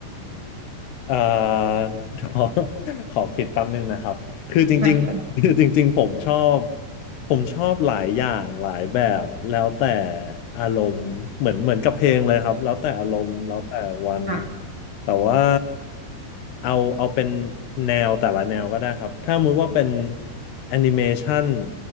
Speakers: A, on the left; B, on the right.
A: เอ่อ <laughs> ขอขอคิดแป๊บนึงนะครับคือจริงๆ
B: ค่ะค
A: <laughs> คือจริงๆผมชอบผมชอบหลายอย่างหลายแบบแล้วแต่อารมณ์เหมือนเหมือนกับเพลงเลยครับแล้วแต่อารมณ์แล้วแต่วัน
B: ่ะ
A: แต่ว่าเอาเอาเป็นแนวแต่ละแนวก็ได้ครับถ้าสมมติว่าเป็นแอนิเมชัน